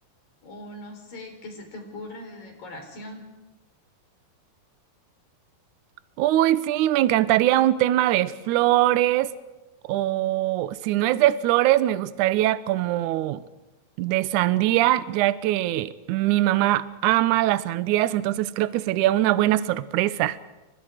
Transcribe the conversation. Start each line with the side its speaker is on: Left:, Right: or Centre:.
Left: o no sé qué se te ocurre de decoración.
Right: Uy, sí, me encantaría un tema de flores o si no es de flores, me gustaría como de sandía, ya que mi mamá ama las sandías, entonces creo que sería una buena sorpresa.